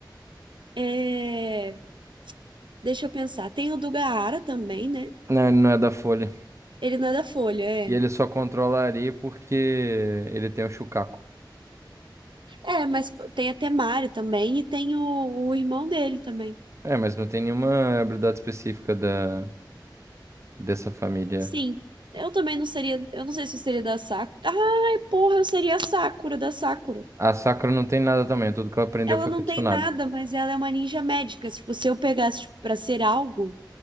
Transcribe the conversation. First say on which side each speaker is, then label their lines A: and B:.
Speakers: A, on the right; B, on the right.
A: É, deixa eu pensar. Tem o do Gaara também, né?
B: Não, ele não é da Folha.
A: Ele não é da Folha, é.
B: E ele só controla a areia porque ele tem o Shukaku.
A: É, mas pô, tem a Temária também e tem o, o irmão dele também.
B: É, mas não tem nenhuma habilidade específica da... dessa família.
A: Sim. Eu também não seria. Eu não sei se eu seria da Sakura. Ai, porra, eu seria a Sakura da Sakura.
B: A Sakura não tem nada também. Tudo que ela aprendeu
A: Ela
B: foi
A: não
B: com a Tsunade.
A: tem nada, mas ela é uma ninja médica. Tipo, se eu pegasse, tipo, pra ser algo,